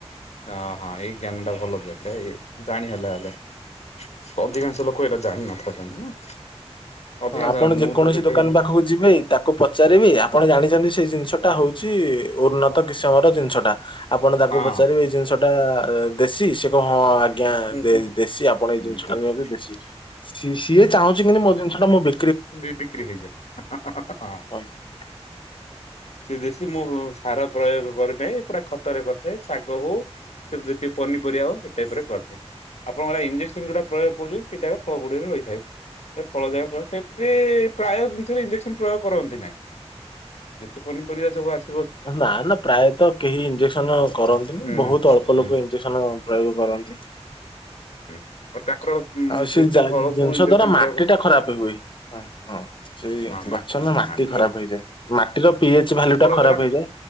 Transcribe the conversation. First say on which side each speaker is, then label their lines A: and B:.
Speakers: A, on the left; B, on the left.
A: ଅହଁ ଏଇ ଜ୍ଞାନ ଟା ଭଲ ଦେଲେ ଏ ଜାଣି ହେଲା ହେଲେ ଅଧିକାଂଶ ଲୋକ ଏଇଟା ଜାଣିନଥାନ୍ତା ନା ଅଧିକାଂଶ
B: ହଁ ଆପଣ
A: ମୁଁ
B: ଯେକୌଣସି
A: ତ ସେତେ
B: ଦୋକାନ ପାଖକୁ ଯିବେ ତାକୁ ପଚାରିବେ ୟା ଆପଣ ଜାଣିଛନ୍ତି ସେଇ ଜିନିଷଟା ହଉଛି ଉନ୍ନତ କିସମ ର ଜିନିଷଟା ଆପଣ ତାକୁ
A: ହଁ
B: ପଚାରିବେ ଏଇ ଜିନିଷ ଟା ଦେଶୀ ସେ କହିଅ ହଁ ଆଜ୍ଞା
A: ହୁଁ
B: ଦେ ଦେଶୀ ଆପଣ ଏଇ
A: ହୁଁ
B: ଜିନିଷ ଟା ନିଅନ୍ତୁ ଦେଶୀ ସିଏ ଚାହୁଁଛି କିନ୍ତୁ ମୋ ଜିନିଷ ଟା ମୁଁ ବି
A: ବି ବିକ୍ରି ହେଇଯାଏ।
B: ପଳେଇବି
A: ସିଏ ଦେଶି ମୁଁ ସାର ପ୍ରୟୋଗ କରିଥାଏ ପୁରା ଖତରେ କରିଥାଏ ଶାଗ ହଉ କି ଯେତିି ପନି ପରିବା ହଉ ଏ ଟେଇପ ରେ କରିଥାଏ। ଆପଣ ଆଡ଼େ ଇଞ୍ଜେକ୍ସନ୍ ଯୋଉଟା ପ୍ରୟୋଗ କରୁଚନ୍ତି ସେଇଟା ଫଳ ଗୁଡିକରେ ରହିଥାଏ ସେ ଫଳ ଦେବା ଫ ସେ ସେ ପ୍ରାୟ ଜିନିଷରେ ଇଞ୍ଜେକ୍ସନ ପ୍ରୟୋଗ କରନ୍ତି ନାହିଁ ଯେତେ ପନିପରିବା ସବୁ ଆସେ
B: ନା ନା ପ୍ରାୟତ କେହି ଇଞ୍ଜେକ୍ସନ କରନ୍ତିନି
A: ହୁଁ
B: ବହୁତ ଅଳ୍ପ
A: ହୁଁ
B: ଲୋକ ଇଞ୍ଜେସ ଣ ପ୍ରୟୋଗ କରନ୍ତି।
A: ହୁଁ ମ ତାଙ୍କର
B: ଆଉ ସେ
A: ସେତି
B: ଜିନିଷ
A: ଫଳକୁ ଇଞ୍ଜେକ୍ସନ
B: ଦ୍ୱାରା ମାଟି
A: ପ୍ରୟୋଗ
B: ଟା ଖରାପ ହଏ ହଁ ସେଇ
A: ହଁ
B: ଗଛ ନା ମାଟି
A: ମାଟିର
B: ଖରାପ ହେଇଯାଏ ମାଟିର ପି ଏଚ
A: ଉର୍ବରତା
B: ଭାଲ୍ୟୁ ଟା ଖରାପ ହେଇଯାଏ।